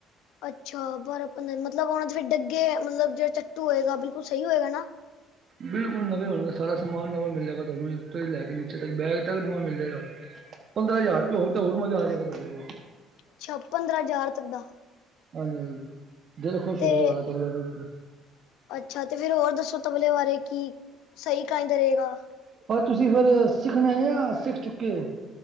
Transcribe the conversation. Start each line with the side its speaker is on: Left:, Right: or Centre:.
Left: ਅੱਛਾ ਬਾਰਾਂ, ਪੰਦਰਾਂ ਮਤਲਬ ਉਹਨਾ ਦੇ ਫਿਰ ਡੱਗੇ ਆ ਮਤਲਬ ਦੇ ਚੱਟੂ ਹੋਏਗਾ ਬਿਲਕੁਲ ਸਹੀ ਹੋਏਗਾ ਨਾ।
Right: ਬਿਲਕੁੱਲ ਨਵੇਂ ਹੋਣਗੇ ਸਾਰਾ ਸਮਾਨ ਨਵਾਂ ਮਿਲ ਜਾਏਗਾ ਤੁਹਾਨੂੰ ਤੋਂ ਹੀ ਲੈ ਕੇ ਨੀਚੇ ਤੱਕ ਬੈਗ ਤੱਕ ਨਵਾਂ ਮਿਲ ਜਾਏਗਾ। ਪੰਦਰਾਂ ਹਜ਼ਾਰ ਰੁਪਏ ਹੋਣ ਤੇ ਹੋਰ ਮਜ਼ਾ ਆ ਜਾਏਗਾ ਤੁਹਾਡੇ ਕੋਲ
Left: ਅੱਛਾ, ਪੰਦਰਾਂ ਹਜ਼ਾਰ ਤੱਕ ਦਾ।
Right: ਹਾਂਜੀ -ਹਾਂਜੀ ਦਿਲ ਖੁਸ਼
Left: ਤੇ
Right: ਹੋ ਜਾਏਗਾ ਤੁਹਾਡਾ ਤਪਲਾ ਦੇਖ ਕੇ
Left: ਅੱਛਾ ਤੇ ਫਿਰ ਹੋਰ ਦੱਸੋ ਤਬਲੇ ਬਾਰੇ, ਕੀ ਸਹੀ ਕਿੱਦਾਂ ਦਾ ਰਹੇਗਾ।
Right: ਪਰ ਤੁਸੀਂ ਫਿਰ ਸਿੱਖਣਾ ਹੈ ਜਾਂ ਸਿੱਖ ਚੁੱਕੇ ਹੋ।